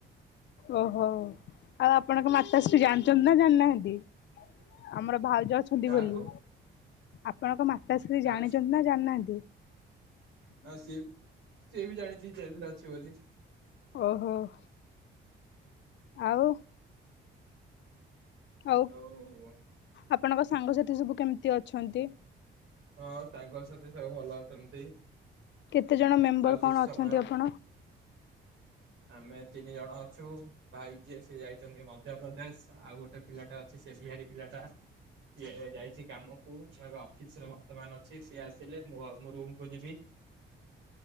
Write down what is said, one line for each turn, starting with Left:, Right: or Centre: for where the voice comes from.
Left: ଓହୋଃ ଆଉ ଆପଣଙ୍କ ମାତାଶ୍ରୀ ଜାଣିଛନ୍ତି ନା ଜାଣିନାହାନ୍ତି? ଆମର ଭାଉଜ୍ ଜ ଅଛନ୍ତି
Right: କାହାକୁ
Left: ବୋଲି ଆପଣଙ୍କ ମାଆ। ତ ସେ
Right: କା
Left: <inaudible> ଜାଣିଛନ୍ତି ନା ଜାଣିନାହାନ୍ତି?
Right: ଆଁ ସେ ସେ ବି ଜାଣିଛି। ଜେଲରେ ଅଛି ବୋଲି।
Left: ଓହୋଃ ଆଉ ଆଉ
Right: ହଉ ହଉ <inaudible>
Left: ଆପଣଙ୍କ ସାଙ୍ଗସାଥି ସବୁ କେମିତି ଅଛନ୍ତି?
Right: ହଁ ସାଙ୍ଗ ସାଥି ସବୁ ଭଲ ଅଛନ୍ତି।
Left: କେତେ ଜଣ ମେମ୍ବର
Right: ଆଉ କିଛି
Left: କଣ
Right: ସମୟ
Left: ଅଛନ୍ତି ଆପଣ?
Right: ଆମେ ତିନି ଜଣ ଅଛୁ, ଭାଇ ଯିଏ ସିଏ ଯାଇଛନ୍ତି ମଧ୍ୟପ୍ରଦେଶ ଆଉ ଗୋଟେ ପିଲାଟା ଅଛି ସେ ବିହାରୀ ପିଲାଟା, ସିଏ ଯାଇଛି କାମକୁ ମୁଁ ଏବେ ଅଫିସରେ ବ ସେମାନେ ଅଛି ସିଏ ଆସିଲେ ମୁଁ ଆ ମୁଁ ରୁମକୁୁ ଯିବି।